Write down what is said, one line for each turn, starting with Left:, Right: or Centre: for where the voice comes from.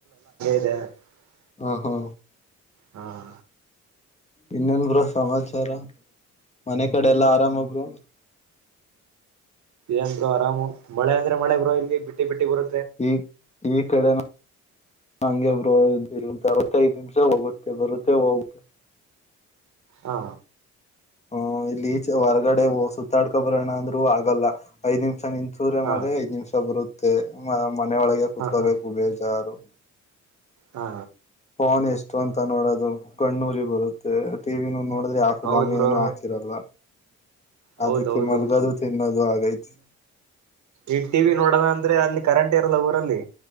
Right: ಹ
Left: ಹ ಹಾ
Right: ಹಾಂ
Left: ಇನ್ನೇನ್ಬ್ರ ಸಮಾಚಾರ ಮನೆ ಕಡೆ ಎಲ್ಲಾ ಆರಾಮ ಬ್ರೋ
Right: ಎಸ್ ಬ್ರೋ ಆರಾಮು ಮಳೆ ಅಂದ್ರೆ ಮಳೆ ಬ್ರೋ ಇಲ್ಲಿ ಬಿಟ್ಟಿ ಬಿಟ್ಟ ಬರು
Left: ಈ ಈ ಕಡೆ ಹಂಗೆ ಬ್ರೋ <unintelligible> ಐದು ನಿಮಿಷ ಹೋಗುತ್ತೆ ಬರುತ್ತೆ ಹೋಗುತ್ತೆ ಹ್ಮ
Right: ಹಾ
Left: ಹ್ಮ ಇಲ್ಲಿ ಈಚೆ ಹೊರ್ಗಡೆ ಸುತ್ತಾಡ್ಕೊ ಬರೋಣ ಅಂದ್ರು ಆಗಲ್ಲ ಐದ್ ನಿಮಿಷ ನಿಂತ. ಚೂರೆ <unintelligible>
Right: ಹಾ
Left: ಮಳೆ ಐದ್ ನಿಮಿಷ ಬರುತ್ತೆ ಮನೆೆಯೊಳಗೆ ಕುತ್ಕೋಬೇಕು
Right: ಹಾ ಹಾ
Left: ಬೇಜಾರು.
Right: ಹಾ
Left: ಪೋನ್ ಎಷ್ಟು ಅಂತ ನೋಡೋದು ಕಣ್ಣೂರಿ ಬರುತ್ತೆ ಟಿವಿನೂ ನೋ ್ರ <unintelligible> ಯಾಫಿಲಮು
Right: ಹೌದ್ ಬ್ರೋ
Left: ಏನು ಹಾಕಿರಲ್ಲ
Right: ಹೌದೌದು
Left: ಅದಕ್ಕೆ ಮಲ್ಗದು ತಿನ್ನೋದು. ಗೈತಿ
Right: ಈ ಟಿವಿ ನೋಡೋಣ ಅಂದ್ರೆ ಅಲ್ಲಿ ಕರೆಂಟ್ ಇರಲ್ಲ ಊರಲ್ಲಿ.